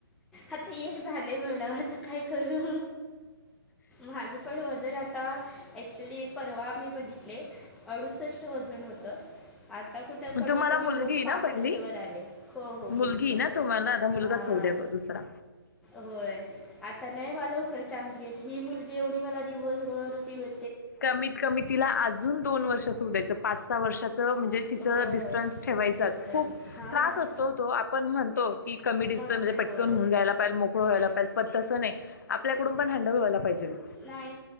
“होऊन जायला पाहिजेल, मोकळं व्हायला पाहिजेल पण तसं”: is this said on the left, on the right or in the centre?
Left